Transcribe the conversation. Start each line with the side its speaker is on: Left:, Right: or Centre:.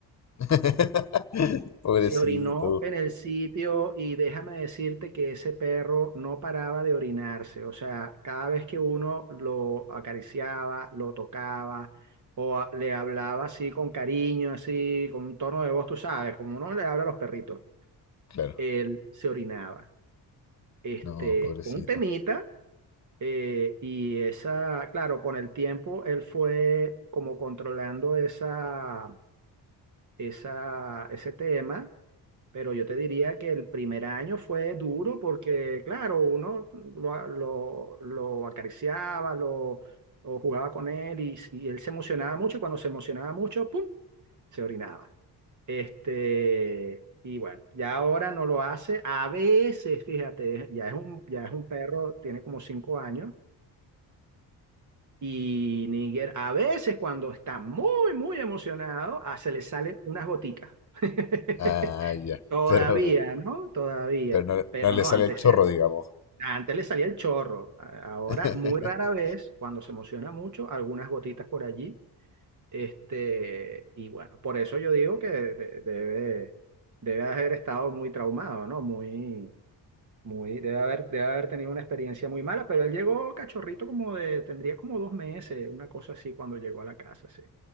Left: <laughs> Pobrecito.
Right: Se orinó en el sitio y déjame decirte que ese perro no paraba de orinarse. O sea, cada vez que uno lo acariciaba, lo tocaba o a- le hablaba así con cariño, así con un tono de voz, tú sabes, como uno le habla a los perritos,
Left: Claro,
Right: él se orinaba. Este,
Left: no, pobrecito.
Right: un temita eh, y esa, claro, con el tiempo él fue como controlando esa, esa, ese tema pero yo te diría que el primer año fue duro porque, claro, uno lo, lo- lo acariciaba, lo, o jugaba con él y, y él se emocionaba mucho y cuando se emocionaba mucho, ¡pum!, se orinaba. Este, y bueno, ya ahora no lo hace. A veces, fíjate, ya es un, ya es un perro, tiene como cinco años. Y Níger, a veces cuando está muy, muy emocionado, ah, se le salen unas goticas. <laughs>
Left: Ah, ya.
Right: Todavía,
Left: Pero...
Right: ¿no? Todavía.
Left: pero no,
Right: Pero
Left: no le
Right: no,
Left: sale
Right: antes,
Left: el chorro,
Right: Antes,
Left: digamos.
Right: se- antes le salía el chorro. A- Ahora,
Left: <laughs>
Right: muy rara vez, cuando se emociona mucho, algunas gotitas por allí. Este, y bueno, por eso yo digo que de- debe, debe haber estado muy traumado, ¿no? Muy, muy, debe haber, debe haber tenido una experiencia muy mala, pero él llegó cachorrito como de, tendría como dos meses, una cosa así, cuando llegó a la casa, sí.